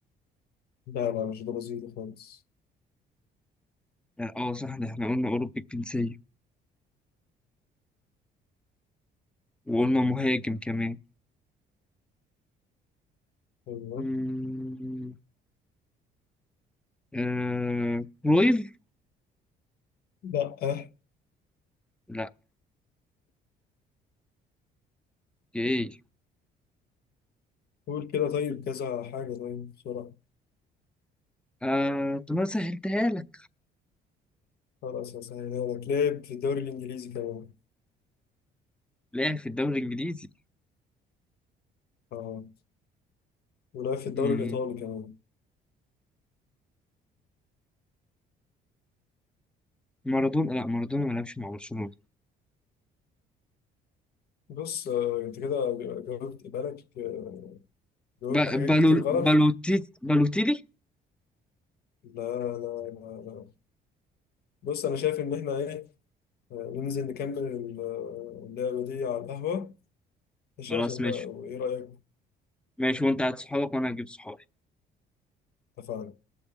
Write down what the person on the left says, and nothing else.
لا لا مش برازيلي خالص
تمام
لا أه.
قول كده طيب كذا حاجة طيب بسرعة
خلاص هسهلها لك لعب في الدوري الإنجليزي كمان
اه ولعب في الدوري
الإيطالي كمان
بص آه، انت كده جاوبت بالك آه، جاوبت
حاجات
كتير غلط
لا لا لا, لا. بص انا شايف ان احنا ايه آه، ننزل نكمل ال- آه، اللعبة دي على القهوة ماشي
عشان
ما ايه رأيك
اتفقنا